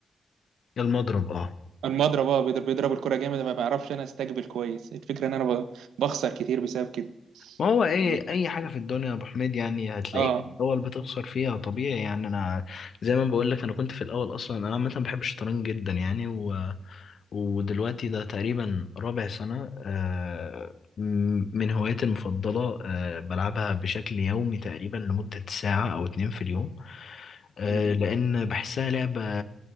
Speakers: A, on the left; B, on the right.
A: المضرب أه
B: المضرب اه بيضرب بيضرب الكرة جامد ما بعرفش انا استقبل كويس الفكرة ان انا ب- بخسر كتير بسبب كده
A: ما هو إيه
B: إن-
A: أي حاجة في الدنيا يا أبو حميد يعني هتلاقيك
B: اه
A: في الأول بتخسر فيها طبيعي يعني أنا زي ما بقول لك أنا كنت في الأول أصلا أنا عامة بحب الشطرنج جدا يعني و... ودلوقتي ده تقريبا رابع سنة آه، م- من هواياتي المفضلة آه، بلعبها بشكل يومي تقريبا لمدة ساعة أو اتنين في اليوم آه،
B: مم.
A: لأن بحسها لعبة